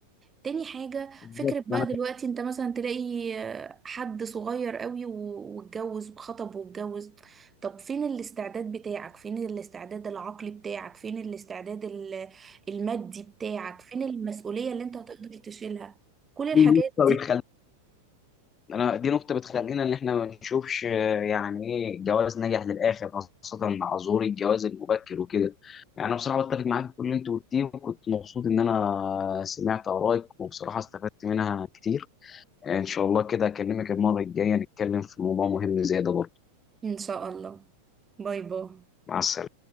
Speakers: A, on the right (about 15°); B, on the left (about 25°).
A: تاني حاجة
B: بالظبط
A: فكرة بقى
B: أنا
A: دلوقتي انت مثلا تلاقي آه، حد صغير قوي و- واتجوز وخطب واتجوز طب فين الاستعداد بتاعك فين الاستعداد العقلي بتاعك فين الاستعداد ال- المادي بتاعك فين المسؤولية اللي انت هتقدر تشيلها كل الحاجات
B: بالظبط
A: دي
B: انا دي نقطه بتخلينا ان احنا ما نشوفش آه، يعني ايه جواز نجح للاخر خاصه مع ظهور الجواز المبكر وكده يعني انا بصراحه بتفق معاك في كل اللي انت قلتيه وكنت مبسوط ان انا سمعت ارائك وبصراحه استفدت منها كتير ان شاء الله كده اكلمك المره الجايه نتكلم في موضوع مهم زي ده برضه
A: ان شاء الله باي باي
B: مع السلامه